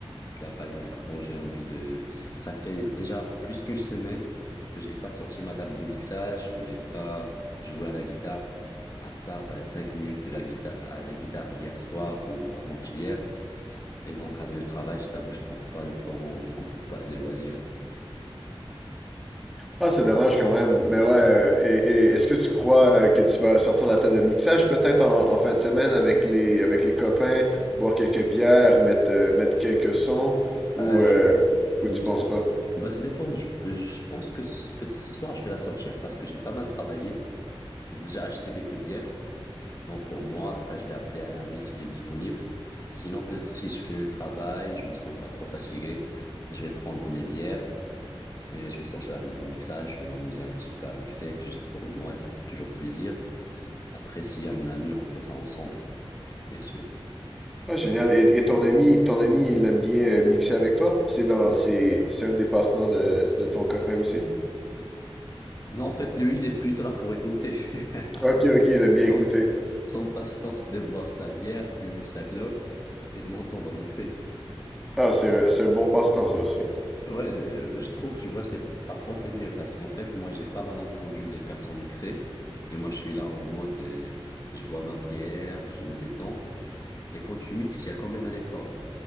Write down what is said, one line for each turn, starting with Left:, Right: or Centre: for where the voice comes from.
Left: Tu vois, par exemple, quand j'ai envie de... Ça fait déjà plus qu'une semaine que j'ai pas sorti ma table de mixage, que j'ai pas joué à la guitare, à part euh, cinq minutes de la guitare, à la guitare hier soir ou avant-hier. Et donc, avec le travail, je t'avoue, je trouve pas le temps beaucoup pour pas les loisirs.
Centre: Ah, c'est dommage quand même. Mais ouais, euh, et, et est-ce que tu crois euh, que tu vas sortir la table de mixage peut-être en, en fin de semaine avec les, avec les copains, boire quelques bières, mettre, euh, mettre quelques sons, ou,
Left: Euh,
Centre: euh, ou
Left: nous-
Centre: tu penses
Left: c'est-
Centre: pas?
Left: bah, ça dépend. Je, je pense que ce- peut-être ce soir, je vais la sortir parce que j'ai pas mal travaillé. J'ai déjà acheté quelques bières. Bon, pour moi, après, je vais appeler un ami s'il est disponible. Sinon, peut-être si je finis le travail, je me sens pas trop fatigué, je vais prendre mes bières Et je vais sortir la table de mixage, je vais m'amuser un petit peu à mixer, juste pour moi, et ça fait toujours plaisir. Après, s'il y a mon ami, on fait ça ensemble, bien sûr.
Centre: Ah, génial. Et, et ton ami, ton ami, il aime bien euh, mixer avec toi? C'est dans, c'est, c'est un des passe-temps de, de ton copain aussi?
Left: Non, en fait, lui, il est plutôt là pour écouter. <laughs>
Centre: Ok, ok, il aime bien
Left: Son,
Centre: écouter.
Left: son passe-temps, c'est de boire sa bière, fumer sa clope et de m'entendre mixer.
Centre: Ah, c'est un, c'est un bon passe-temps, ça aussi.
Left: Ouais, je, euh, je trouve, tu vois, c'est, parfois c'est mieux parce qu'en fait, moi, j'ai pas mal entendu des personnes mixer. Mais moi, je suis là en mode, euh, je bois ma bière, je me détends. Et quand tu mixes, il y a quand même un effort.